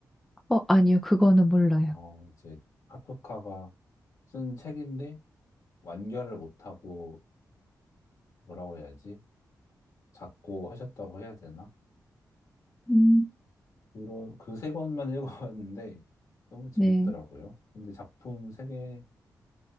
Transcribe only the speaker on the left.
어, 이제 카프카가 쓴 책인데 완결을 못하고 뭐라고 해야지? 작고 하셨다고 해야 되나?
그런, 그 세 권만 <laughs> 읽어봤는데 너무 재밌더라고요.
근데 작품 세개